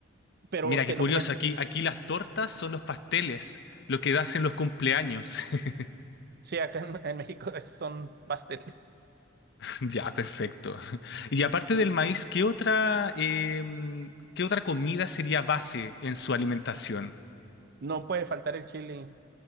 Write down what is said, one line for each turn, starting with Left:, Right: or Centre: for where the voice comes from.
Right: pero
Left: Mira,
Right: te
Left: qué curioso.
Right: lo comen.
Left: Aquí, aquí las tortas son los pasteles, lo
Right: Sí,
Left: que das en los cumpleaños. <laughs>
Right: acá en, en México <laughs> esos son pasteles.
Left: Ya, perfecto. Y aparte del maíz, ¿qué otra, em, qué otra comida sería base en su alimentación?
Right: No puede faltar el chile.